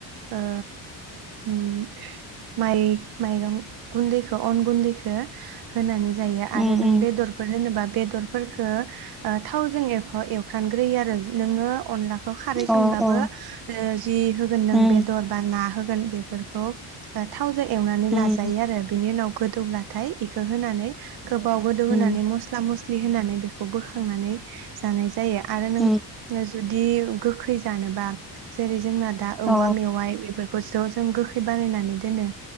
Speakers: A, on the right; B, in the centre.
A: ओ उम माइ माइरं गुन्दैखौ अन गुन्दैखो होनानै जायो आरो
B: उम
A: नों
B: उम
A: बेदरफोर होनोबा बेदरफोरखो थावजों एवफ्राम ग्रोयो आरो नोङो अनला खारै संब्लाबो
B: अ अ
A: ओ जि होगोन नों
B: उम
A: बेदर बा ना होगोन बेफोरखौ थाव थावजों एवनानै
B: उम
A: लाजायो आरो बिनि उनाव गोदौब्ला नाथाय इखो होनानै गोबाव गोदौ होनानै
B: उम
A: मस्ला मसलि होनानै बेखौ बोखांनानै जानाय जायो जायो आरो नों
B: उम
A: जुदि बिदि गोखै जानोबा जेरै जोंना दा औवा
B: अ
A: मेवाइ बेफोरखौ खौ ज जों गोखै बानायनानै दोनो